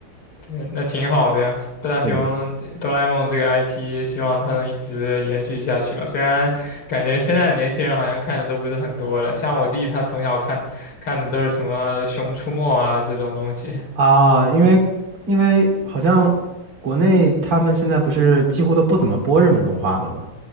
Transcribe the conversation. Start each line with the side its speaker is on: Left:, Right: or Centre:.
Left: 对，那挺好的呀。大雄哆啦
Right: 是
Left: A 梦这个 IP，希望它能一直延续下去吧。虽然感觉现在的年轻人好像看的都不是很多了，像我弟他从小看看的都是什么《熊出没》啊这种东西。
Right: 啊，因为因为好像国内他们现在不是几乎都不怎么播日本动画了吗？